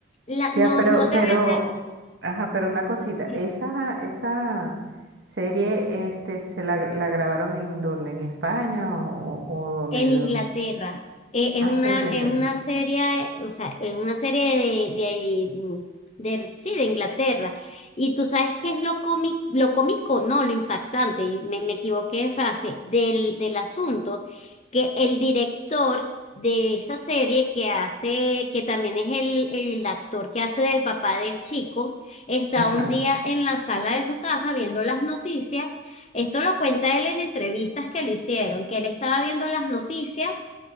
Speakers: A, on the left; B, on the right.
A: la-
B: Ya,
A: no,
B: pero,
A: no te
B: pero,
A: voy a
B: ajá, pero una cosita,
A: hacer
B: esa, esa serie, este, ¿se la, la grabaron en dónde? ¿En España o, o dónde?
A: en
B: ¿De
A: Inglaterra.
B: dónde?
A: Eh, es
B: Ah,
A: una,
B: de Inglaterra.
A: es una serie, eh, o sea, es una serie de, de, mm, de- sí, de Inglaterra. Y tú sabes qué es lo cómico, lo cómico, no, lo impactante, y me, me equivoqué de frase, del, del asunto, que el director de esa serie que hace, que también es el, el actor que hace del papá del chico, está
B: Ajá,
A: un día en la sala de su casa viendo las noticias esto lo cuenta él en entrevistas que le hicieron, que él estaba viendo las noticias